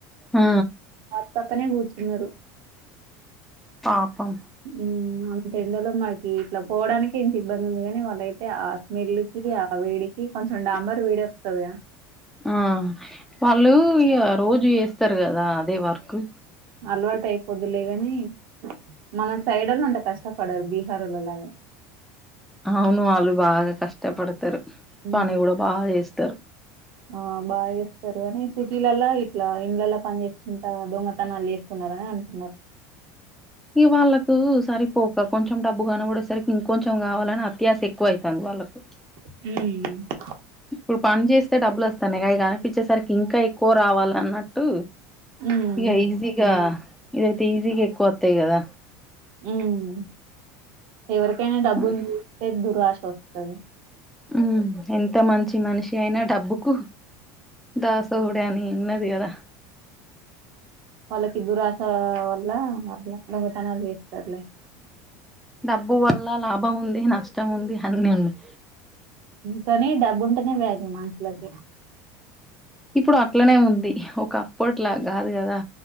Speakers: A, in the centre; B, on the right.
A: ఆ.
B: మా పక్కనే కూర్చున్నడు.
A: పాపం.
B: ఉమ్ అంతెండలో మనకి ఇట్లా పోవడానికి ఇంత ఇబ్బంది ఉంది కాని వాళ్ళయితే ఆ స్మెల్. కి ఆ వేడికి కొంచెం డాంబర్ వేడి వస్తది గా.
A: ఆ వాళ్ళు ఇగ రోజు యేస్తరు గదా అదే వర్కు.
B: అలవాటు అయిపోద్ లేగని మన సైడోల్లు కష్టపడరు బీహారోల్ల లాగా.
A: అవును వాళ్ళు బాగా కష్టపడతరు
B: ఉమ్,
A: పని గూడా బాగా చేసతారు.
B: ఆ బాగా చేస్తారు అని సిటీలల్ల ఇట్లా ఇండ్లలో పని చేస్తుంటా దొంగతనాలు. స్తున్నారని అంటునరు.
A: ఇగ వాళ్ళకు సరికిపోక కొంచెం డబ్బు కనబడేసరికి ఇంకొంచెం కావాలని అత్యాస ఎక్కువయితాంది వాళ్ళకు.
B: హ్మ్‌.
A: ఇప్పుడు పని చేస్తే డబ్బులు వస్తాన్నాయి అవి కనిపించేసరికి ఇంకా ఎక్కువ రావాల అన్నట్టు.
B: ఉమ్
A: ఇగ
B: ఉమ్,
A: ఈజీగా ఇదైతే ఈజీగా ఎక్కువ వత్తయి కదా.
B: ఉమ్ ఎవరికైనా డబ్బులు
A: అని
B: జూస్తే దురాశ వస్తది.
A: ఉ ఎంత మంచి మనిషి అయినా డబ్బుకు దాసోహుడే అని. ఉన్నది కదా.
B: వాళ్ళకి దురాశా వల్ల అట్ల దొంగతనాలు చేస్తరులే.
A: డబ్బు వల్ల లాభం ఉంది, నష్టం ఉంది అన్ని ఉన్నయి.
B: కానీ డబ్బు ఉంటేనే వాల్యూ మనషులకి.
A: ఇప్పుడు అట్లనే ఉంది ఒక అప్పట్లా కాదు కదా